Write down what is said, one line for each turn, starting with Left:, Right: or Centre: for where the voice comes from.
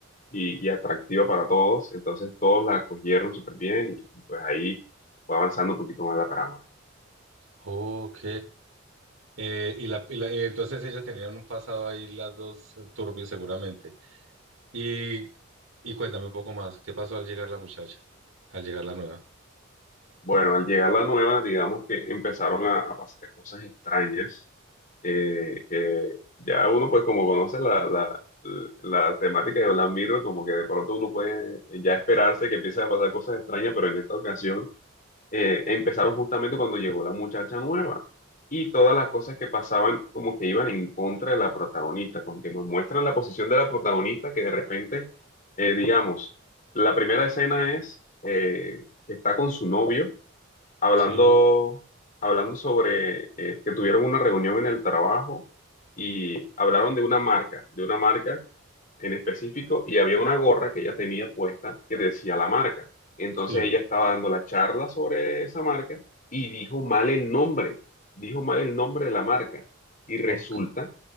Left: y, y atractiva para todos, entonces todos la acogieron súper bien y y, pues ahí fue avanzando un poquito más la trama.
Right: ok. Eh, y la, y la- y entonces ellas tenían un pasado ahí, las dos turbio seguramente. Y, y cuéntame un poco más, ¿qué pasó al llegar la muchacha, al llegar la nueva?
Left: Bueno, al llegar la nueva, digamos que empezaron a, a pasar cosas extrañas, eh, que ya uno pues como conoce la, la, la temática de Black Mirror, como que de pronto uno puede ya esperarse que empiece a pasar cosas extrañas, pero en esta ocasión eh, empezaron justamente cuando llegó la muchacha nueva. Y todas las cosas que pasaban como que iban en contra de la protagonista, como que nos muestran la posición de la protagonista que de repente, eh, digamos, la primera escena es eh, que está con su novio hablando,
Right: Sí,
Left: hablando sobre eh, que tuvieron una reunión en el trabajo y hablaron de una marca, de una marca en específico y había una gorra que ella tenía puesta que decía la marca. Entonces
Right: sí,
Left: ella estaba dando la charla sobre esa marca y dijo mal el nombre, dijo mal el nombre de la marca. Y resulta
Right: ok.